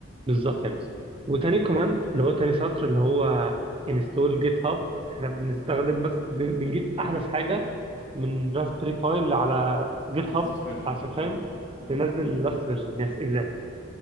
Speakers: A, on the right (about 30°); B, on the left (about 65°).
A: بالظبط يا باشا وتاني
B: ايوه
A: كوماند اللي هو تاني سطر اللي هو انستول جيت هاب احنا بنستخدم بس بن- بنجيب احدث حاجه من راسبري باي على جيت
B: احدث
A: هاب
B: فيرجن
A: عشان فاهم
B: اه امم
A: ننزل لاست فيرجن يس اكزاكتلي